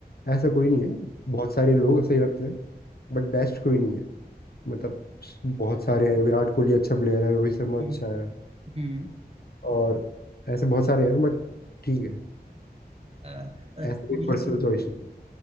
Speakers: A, on the left; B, on the right.
A: ऐसा कोई नहीं है बहुत सारे लोग ऐसे ही लगते हैं बट बेस्ट कोई नहीं है मतलब बहुत सारे हैं विराट कोहली अच्छा प्लेयर है रोहित शर्मा
B: हम्म
A: अच्छा है
B: हम्म,
A: और ऐसे बहुत सारे हैं बट ठीक है
B: अ, अ,
A: ऐसे कोई
B: कोहली
A: पर्सनल चॉइस नहीं